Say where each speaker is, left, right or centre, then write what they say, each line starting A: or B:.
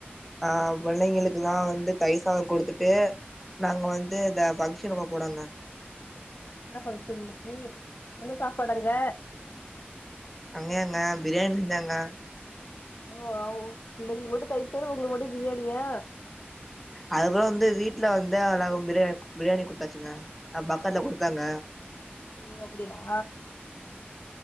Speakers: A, in the centre; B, on the left (about 50°).
A: அ புள்ளைங்களுக்குலா வந்து தயிர் சாத குடுத்துட்டு நாங்க வந்து இத ஃபங்க்ஷனப்ப போடுவங்க
B: என்ன ஃபங்கஷன் இன்னிக்கி என்ன சாப்பாடு அங்க
A: அங்கயாங்க பிரியாணி செஞ்சாங்க
B: ஆ ஓ பிள்ளைங்களுக்கு மட்டு தயிர் சோறு உங்களுக்கு மட்டு பிரியாணியா
A: அதுக்கப்புற வந்து வீட்ல வந்த எல்லாக்கு பிரியாணி பிரியாணி குடுத்தாச்சுங்க அ பக்கால குடுத்தாங்க
B: ஓ அப்படியா